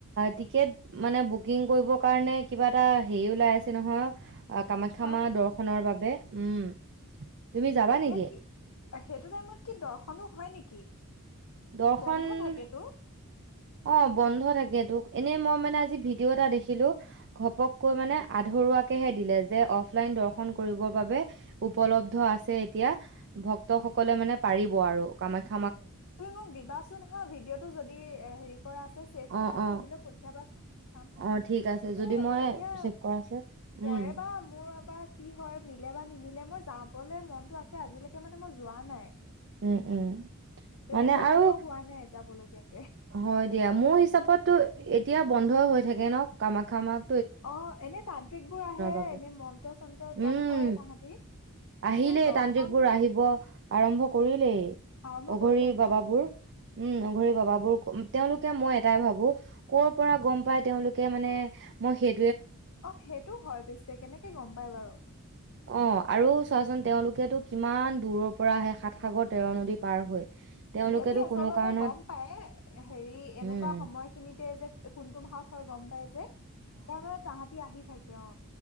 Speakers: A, on the right; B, on the left.
A: টিকেট মানে বুকিং কৰিবৰ কাৰণে কিবা এটা হেৰি ওলাই আছে নহয় কামাখ্যা
B: হয়
A: মা
B: নেকি
A: দৰ্শনৰ বাবে উম তুমি যাবা
B: এতিয়া
A: নেকি
B: কি সেইটো টাইমত কি দৰ্শনো হয় নেকি
A: দৰ্শন
B: বন্ধ থাকেতো
A: অ বন্ধ থাক তোক এনেই মই মানে আজি ভিডিঅ' এটা দেখিলো ঘপককৈ মানে আধৰুৱাকেহে দিলে যে অফলাইন দৰ্শন কৰিবৰ বাবে উপলব্ধ আছে এতিয়া ভক্তসকলে মানে পাৰিব আৰু কামাখ্য
B: তুমি মোক দিবাচোন হা ভিডিঅ'টো যদি এ হেৰি কৰা আছে ছেভ
A: অ
B: কৰা আছে
A: অ
B: মোলৈ পঠিয়াবাচোন চাম
A: অ ঠিক আছে
B: মানে
A: যদি মই
B: এতিয়া
A: ছেভ কৰা আছে উম
B: পৰে বা মোৰ বা কি হয় মিলে বা নিমিলে মই চাবলে মনতটো আছে আজিলৈকে মানে মই যোৱা নাই
A: উম উম।
B: তেনেকে
A: মানে
B: সৌভাগ্য
A: আৰু
B: হোৱা নাই যাবলগীয়া।
A: হয় দিয়া মোৰ হিচাপততো এতিয়া বন্ধ হৈ থাকে ন, কামা খামাক
B: অ এনে তান্ত্ৰিকবোৰ আহে
A: বাবে
B: এনে মন্ত্ৰ চন্ত্ৰ
A: উম
B: জপ কৰে তাহাঁতি। কিন্তু
A: আহিলেই
B: দৰ্শন,
A: তান্ত্ৰিকবোৰ আহিব আৰম্ভ কৰিলেই।
B: আৰম্ভ
A: অঘৰী
B: কৰিলে ন
A: বাবাবোৰ। উম অঘৰি বাবাবোৰ, তেওঁলোকে মই এটাই ভাবো, কৰ পৰা গম পাই তেওঁলোকে মানে মই সেই
B: অ সেইটো হয় পিছে। কেনেকে গম পাই বাৰু,
A: অ আৰু চোৱাচোন তেওঁলোকেতো কিমান দূৰৰ পৰা আহে, সাত সাগৰ তেৰ নদী পাৰ হৈ। তেওঁলোকেতো
B: সেতি আচলতে
A: কোনো কাৰণত
B: গম পাইয়ে হেৰি এনেকুৱা
A: উম
B: সময় খিনিতে যে কোনটো মাহত হয় গম পাই। তাৰ মানে তাহাঁতি আহি থাকে। কিয়?